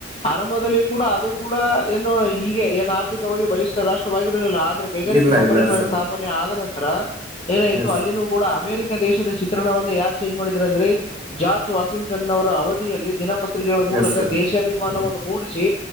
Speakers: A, on the left; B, on the right.
A: ಆರಂಭದಲ್ಲಿ. ಕೂಡ ಅದು ಕೂಡ. ಎಏನುೋ. ಈಗ ಏನ್ ಆರ್ಥಿಕವಾಗಿ ಬಲಿಷ್ಠ. ರಾಷ್ಟ್ರವಾದಿ. ಆದರೆ ಕೈಗಾರಿಕಾ
B: ಇಲ್ಲ
A: ಕಂಪನಿಗಳಲ್ಲಿ
B: ಇಲ್ಲ ಸರ್
A: ಸ್ಥಾಪನೆ ಆದ ನಂತರ. ತ್ರರ ಏನಾಯ್ತು
B: ಎಸ್
A: ಅಲ್ಲಿನೂ ಕೂಡ ಅಮೇರಿಕ ದೇಶದ ಚಿತ್ರಣವವನ್ನು ಯಾರ್ ಚೇಂಜ್ ಮಾಡಿದ್ರ ಅಂದ್ರೆ ಜಾರ್ಜ್ ವಾಷಿಂಗ್ಟನ್ ಅವರ ಅವಧಿಯಲ್ಲಿ ದಿನ ಪತ್ರಿಕೆಗಳ ಮೂಲಕ
B: ಎಸ್ ಸರ್
A: ದೇಶಾಭಿಮಾನವನ್ನು ಮೂಡಿಸಿ